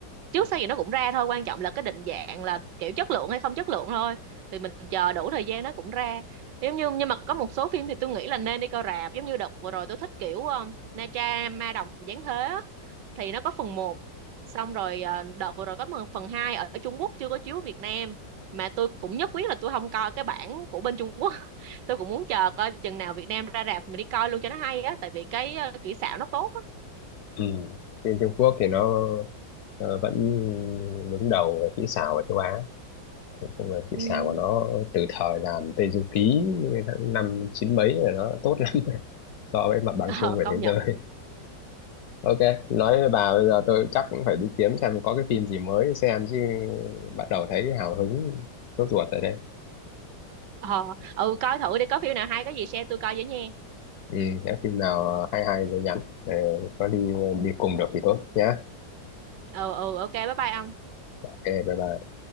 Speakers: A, on the right; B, on the left.
A: trước sau gì nó cũng ra thôi, quan trọng là cái định dạng là kiểu chất lượng hay không chất lượng thôi. Thì mình chờ đủ thời gian nó cũng ra. Giống như nhưng mà có một số phim thì tôi nghĩ là nên đi coi rạp, giống như đợt vừa rồi tôi thích kiểu um, Na Tra Ma Đồng Giáng Thế á, thì nó có phần một Xong rồi ờ, đợt vừa rồi có một phần 2 ở Trung Quốc chưa có chiếu Việt Nam mà tôi cũng nhất quyết là tôi không coi cái bản của bên Trung Quốc tôi cũng muốn chờ coi chừng nào Việt Nam ra rạp mình đi coi luôn cho nó hay á tại vì cái ờ, kỹ xảo nó tốt á
B: ừ. phim Trung Quốc thì nó ờ, vẫn đứng đầu về kỹ xảo ở châu Á nói chung là kỹ
A: Ừ.
B: xảo
A: <laughs>
B: của nó từ thời làm Tây Du Ký tháng năm chín mấy là nó tốt lắm <laughs> so với mặt bằng
A: ờ
B: chung của
A: công
B: thế
A: nhận
B: giới <laughs> ok nói với bà bây giờ tôi chắc cũng phải đi kiếm xem có cái phim gì mới xem chứ bắt đầu thấy hào hứng sốt ruột rồi đây
A: ờ ừ coi thử đi có phim nào hay có gì share tôi coi với nha
B: ừ, nếu phim nào hay hay thì nhắn Ờ, có đi đi cùng được thì tốt nhé
A: ừ ừ ok bye bye ông
B: ok bye bye